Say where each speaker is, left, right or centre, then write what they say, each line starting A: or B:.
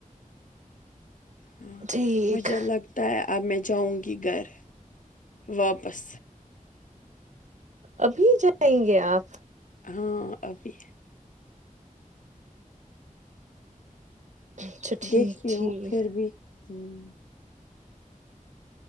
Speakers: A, on the left; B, on the right.
A: ہاں
B: ٹھیک
A: مجھے لگتا ہے اب میں جاؤں گی گھر واپس
B: ابھی جائیں گے آپ
A: ہاں ابھی
B: اچھا ٹھیک
A: دیکھتی ہوں
B: ٹھیک
A: پھر بھی ہمم